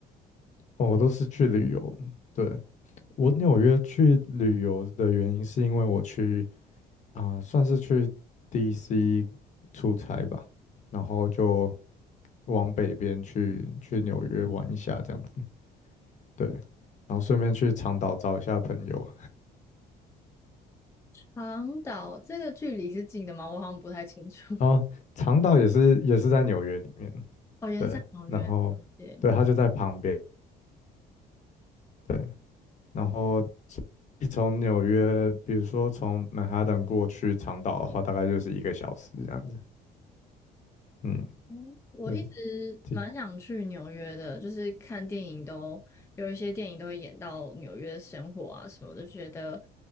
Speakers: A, on the left; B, on the left.
A: 哦我都是去旅游的对，我纽约去旅游的原因是因为我去。啊、算是去 DC 出差吧，然后就往北边去去纽约玩一下这样子，对，然后顺便去长岛找一下朋友，
B: 长岛这个距离是近的吗？我好像不太清楚。
A: 然后长岛也是也是在纽约里面，
B: <laughs> 哦，也是在纽约，
A: 对，然后对，
B: 了解。
A: 它就在旁边，对，然后一从纽约，比如说从曼哈顿过去长岛的话，大概就是一个小时这样子，嗯
B: 哦，我一直蛮想去纽约的，
A: 嗯，其
B: 就是看电影都有一些电影都会演到纽约生活啊什么的，觉得